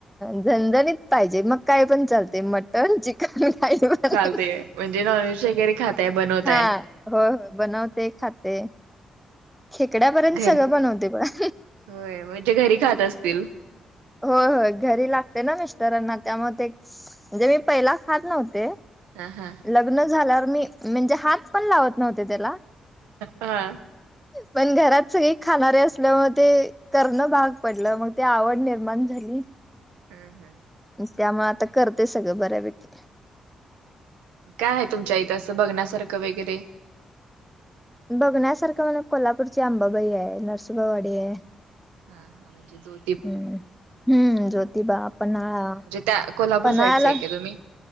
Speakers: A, in the centre; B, on the right (about 85°).
A: झणझणीत पाहिजे मग काय पण चालते म टन, चिकन कायपण
B: चालतय म्हणजे नॉनव्हेज वगैरे खाताय बनवताय
A: हा हो हो बनवते खाते. खेकड्यापर्यंत
B: घरी
A: सगळं बनवते बघा.
B: होय म्हणजे घरी खात असतील
A: होय होय घरी लागते ना मिस्टरांना त्यामुळ ते म्हणजे मी पहिला खात नव्हते.
B: हा हां.
A: लग्न झाल्यावर मी म्हणजे हात पण लावत नव्हते त्याला.
B: हा.
A: पण घरात सगळी खाणारे असल्यामुळ ते करणं भाग पडलं मग ते आवड निर्माण झाली.
B: हम् हम्.
A: त्यामुळ आता करते सगळं बऱ्यापैकी.
B: काय हाय तुमच्या इथं असं बघण्यासारखं वगैरे?
A: बघण्यासारखं म्हण कोल्हापूरची अंबाबाई हाय नरसोबावाडी हाय.
B: हा हा म्हणजे जो
A: हम्म हम्म, ज्योतिबा, पन्हाळा
B: म्हणजे त्या कोल्हापूर
A: पन्हाळाला
B: साईडचे आहे का तुम्ही?